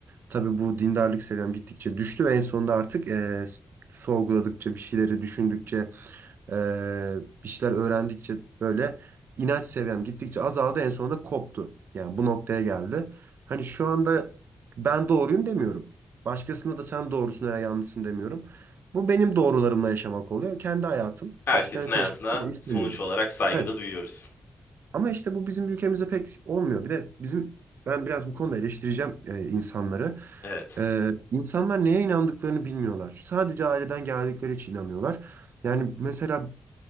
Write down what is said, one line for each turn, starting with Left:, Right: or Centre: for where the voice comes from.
Right: Tabii bu dindarlık seviyem gittikçe düştü ve en sonunda artık eee, sorguladıkça, bir şeyleri düşündükçe, ee, bir şeyler öğrendikçe böyle inanç seviyem gittikçe azaldı en sonunda koptu. Yani bu noktaya geldi. Hani şu anda ben doğruyum demiyorum. Başkasına da sen doğrusun veya yanlışsın demiyorum. Bu benim doğrularımla yaşamak oluyor. Kendi hayatım.
Left: Herkesin
Right: Başkalarının
Left: hayatına
Right: karışmasını da istemiyorum.
Left: sonuç olarak saygıda
Right: Evet.
Left: duyuyoruz.
Right: Ama işte bu bizim ülkemizde pek olmuyor. Bir de bizim ben biraz bu konuda eleştireceğim e, insanları.
Left: Evet.
Right: Ee, insanlar neye inandıklarını bilmiyorlar. Sadece aileden geldikleri için inanıyorlar. Yani mesela